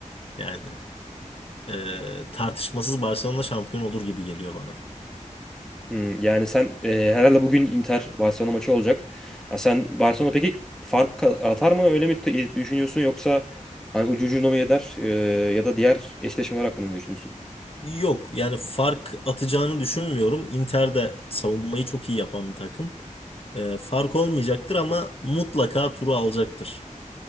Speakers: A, on the left; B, in the centre.
A: Yani e, tartışmasız Barcelona şampiyon olur gibi geliyor bana.
B: Hmm, yani sen e, herhalde bugün Inter Barcelona maçı olacak. Ya sen Barcelona peki fark ka- atar mı öyle mi t- düşünüyorsun yoksa hani ucu ucuna mı eder e, ya da diğer eşleşmeler hakkında ne düşünüyorsun?
A: Yok yani fark atacağını düşünmüyorum. Inter de savunmayı çok iyi yapan bir takım. E, fark olmayacaktır ama mutlaka turu alacaktır.